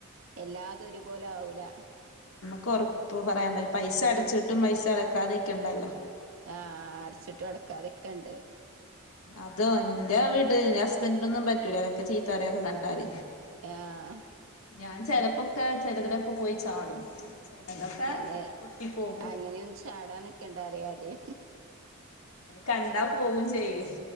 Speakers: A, on the right; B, on the left.
A: എല്ലാതും ഒരുപോലെ ആവൂല
B: ക്കൊറപ്പ് പറയാൻ പ പൈസ അടച്ചിട്ടും പൈസ അടക്കാതെക്കെ ഇണ്ടല്ലോ
A: ആ അട്‌ച്ച്ട്ട് ഒടക്കാതക്കണ്ട്
B: അതോ എന്റെ വീട്ട് ന്റെ ഹസ്ബൻഡിന ഒന്നും പറ്റൂല അതൊക്കെ ചീത്തറയും കണ്ട ണ്ടാൽ
A: ആഹ്
B: ഞാൻ ചെലപ്പോക്കെ ചിലത് ലൊക്കെ പോയ് ചാടും ചിലതൊക്കെ
A: അയ്ന്
B: പൊട്ടി പോകും
A: അങ്ങനെയൊന്ന് ചാടാ നിക്കണ്ടാറ്യേ ആദ്യേ
B: കണ്ടാ പോകും ചെയ്യും